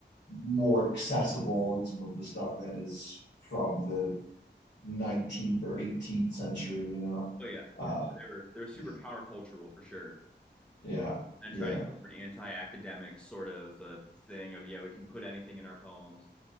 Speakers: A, on the left; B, in the centre.
A: more accessible than some of the stuff that is from the 19th or 18th century. You know,
B: Oh yeah,
A: uh,
B: yeah. They were they were super
A: yeah,
B: countercultural for sure,
A: yeah,
B: and
A: yeah,
B: trying to go for an anti-academic sort of uh, thing of yeah, we can put anything in our poems.